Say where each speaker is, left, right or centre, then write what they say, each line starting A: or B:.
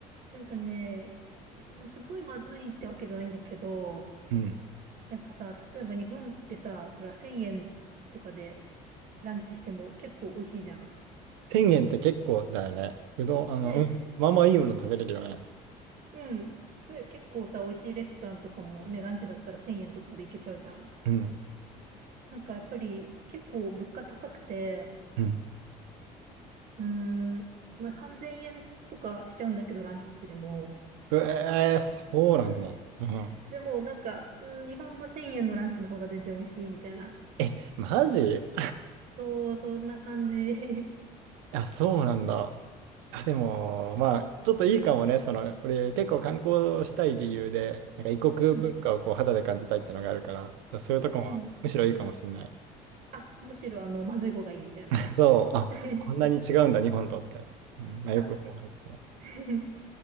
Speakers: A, on the right; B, on the right.
A: なんかね、うんすごいまずいってわけじゃないんだけど、
B: うん。
A: なんかさ、例えば日本ってさ、ほら、1000円とかでランチしても結構美味しいじゃん。
B: 1 0って結構だよね。うどん、あの、
A: ね
B: うん。まあまあいいもの食べれるよね。
A: え、うん。ね、結構さ、美味しいレストランとかもね、ランチだったら1000円とかで行けちゃうじゃん。
B: うん。
A: なんかやっぱり結構物価高くて、
B: うん。
A: うーん、まあ3000円とかしちゃうんだけど、ランチでも。
B: うえー、そうなんだ。
A: <laughs>
B: うん。
A: でもなんか、うん日本の1000円のランチの方が全然美味しいみたいな。
B: え、マジ
A: そう、そんな感じ。<laughs>
B: あ、そうなんだ。あ、でも、まあ、ちょっといいかもね。その、俺、結構観光したい理由で、なんか異国文化をこう肌で感じたいってのがあるから、
A: うん、
B: そういうとこもむしろいいかもしんない。
A: うん、うん。あ、むしろあの、まずい方がいいみたいな。
B: <laughs> そう、あ、
A: <laughs>
B: こんなに違うんだ、日本とって。うん、まあ、よくも悪くも。
A: あ、<laughs>